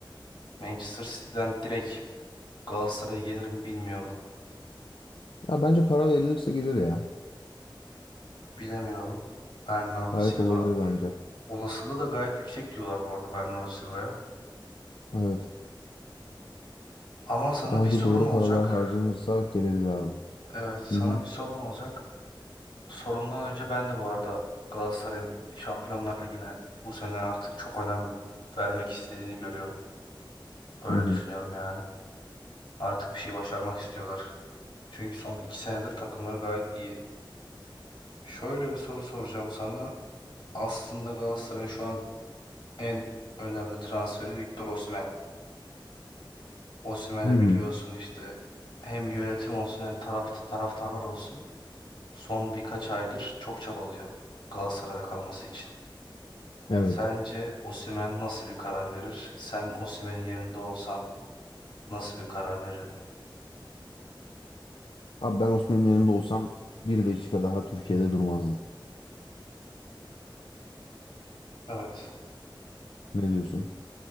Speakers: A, on the left (about 65°); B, on the left (about 85°).
A: Manchester City'den direkt Galatasaray'a gelir mi bilmiyorum.
B: Ya bence para verilirse gelir ya.
A: Bilemiyorum. Bernardo
B: Gayet
A: Silva
B: olabilir bence.
A: olasılığı da gayet yüksek diyorlar bu arada Bernardo Silva'ya.
B: Evet.
A: Ama sana
B: Bence
A: bir sorum
B: doğru paralar
A: olacak.
B: harcanırsa gelebilir abi.
A: Evet, sana
B: Hı hı.
A: bir sorum olacak. Sorumdan önce ben de bu arada Galatasaray'ın Şampiyonlar Ligi'ne bu sene artık çok önem vermek istediğini görüyorum. Öyle
B: Hı hı.
A: düşünüyorum yani. Artık bir şey başarmak istiyorlar. Çünkü son iki senedir takımları gayet iyi. Şöyle bir soru soracağım sana. Aslında Galatasaray'ın şu an en önemli transferi Victor Osimhen. Osimhen'i
B: Hı hı.
A: biliyorsun işte hem yönetim olsun hem taraf, taraftarlar olsun. Son birkaç aydır çok çabalıyor Galatasaray'da kalması için.
B: Evet.
A: Sence Osimhen nasıl bir karar verir? Sen Osimhen'in yerinde olsan nasıl bir karar verirdin?
B: Abi ben Osman'ın yanında olsam bir dakika daha Türkiye'de durmazdım.
A: Evet.
B: Ne diyorsun?